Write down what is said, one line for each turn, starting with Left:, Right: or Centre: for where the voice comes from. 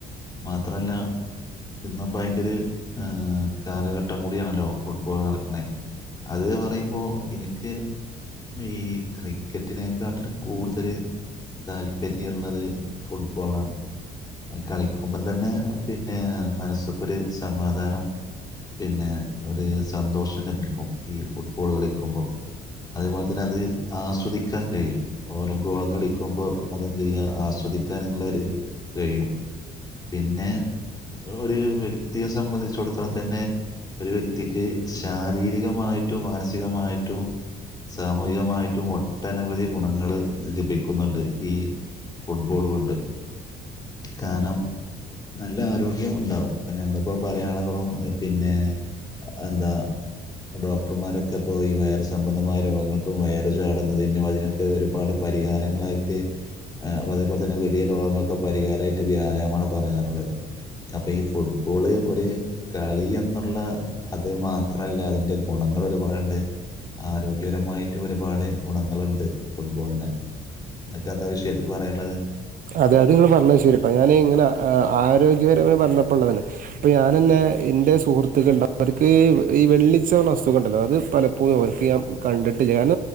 Left: മാത്രല്ല ഇന്ന്പ്പ അയ്ന്റോര് കാലഘട്ടം കൂടിയണല്ലോ ഫുഡ്ബോള് നടക്ണേ അത് പറയുമ്പോ ഇൻക്ക് ഈ ക്രിക്കറ്റിനെക്കാട്ടിലും കൂടുതല് താല്പര്യള്ളത് ഫുട്ബോളാണ് അത് കളിക്കുമ്പം തന്നെ പിന്നെ മനസ്സ്ക്കൊരു സമാധാനം പിന്നെ ഒരു സന്തോഷം ലഭിക്കും ഈ ഫുട്ബോള് കളിക്കുമ്പം അതേപോലെ തന്നെ അത് ആസ്വദിക്കാൻ കഴിയും ഓരോ ഗോളൊക്കെ അടിക്കുമ്പം അതെന്തെയ്യാ ആസ്വദിക്കാന്ള്ളോരു കഴിയും പിന്നെ നമ്മൾ ഒരു വ്യക്തിയെ സംബന്ധിച്ചിടത്തോളം തന്നെ ഒരു വ്യക്തിക്ക് ശാരീരികമായിട്ടും മാനസികമായിട്ടും സാമൂഹികമായിട്ടും ഒട്ടനവധി ഗുണങ്ങൾ ലഭിക്കുന്നുണ്ട് ഈ ഫുട്ബോൾ കൊണ്ട്. കാരണം നല്ല ആരോഗ്യം ഉണ്ടാവും. ഇപ്പം നമ്മളിപ്പോൾ പല ആളുകളും പിന്നെ എന്താ ഡോക്ടർമാരൊക്കെ ഇപ്പോ ഈ വയറ് സംബന്ധമായ രോഗങ്ങൾക്കും വയറ് ചാടുന്നതിനും അതിനൊ ഒരുപാട് പരിഹാരങ്ങളായിട്ട് അപ്പൊ അതേപോലെ തന്നെ വലിയ രോഗങ്ങളൊക്കെ പരിഹാരമായിട്ട് വ്യായാമാണ് പറയാറുള്ളത് അപ്പൊ ഈ ഫുട്ബോള് ഒരു കളി എന്നുള്ള അത് മാ ത്രല്ല അതിന്റെ ഗുണങ്ങൾ ഒരുപാടുണ്ട് ആരോഗ്യപരമായിട്ട് ഒരുപാട് ഗുണങ്ങളുണ്ട് ഫുട്ബോളിന് നിക്കെ എന്താ വിഷയത്തിൽ പറയാനുള്ളത്
Right: അതെ അത്ങ്ങെ പറഞ്ഞത് ശരി കേട്ടോ ഞാൻ ഇങ്ങനെ ആരോഗ്യപരമ പറഞ്ഞപ്പോൾ ഉള്ളതാണ് ഇപ്പൾ ഞാൻന്നെ എൻ്ന്റെ സുഹൃത്തുക്കൾ അവർക്ക് ഈ വെള്ളിച്ച അസ്ഖ ഉണ്ടല്ലോ അത് പലപ്പോഴും അവർക്ക് ഞാൻ കണ്ടിട്ട് ഞൻ